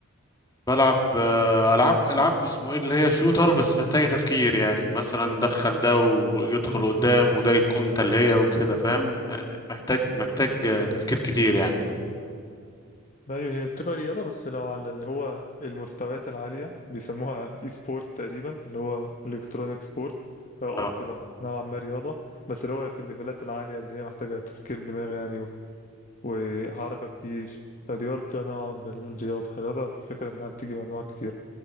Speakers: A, on the left (about 20°); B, on the left (about 35°).
A: بلعب آه، العاب العاب اسمه ايه اللي هي شوتر بس محتاجه تفكير يعني مثلا دخل ده ويدخل
B: امم
A: قدام وده يكون تلهيه وكده فاهم يعني محتاج محتاج آه، تفكير كتير يعني
B: ايوه هي بتبقى رياضة بس لو على اللي هو المستويات العالية بيسموها اي سبورت تقريبا اللي هو الكترونيك سبورت اه
A: اه
B: بتبقى نوعا ما رياضة بس اللي هو في الليفلات العالية اللي هي محتاجة تفكير دماغ يعني و- وحركة كتير فدي برضه بتبقى نوع من الرياضة الرياضة الفكرة إنها بتيجي بأنواع كتير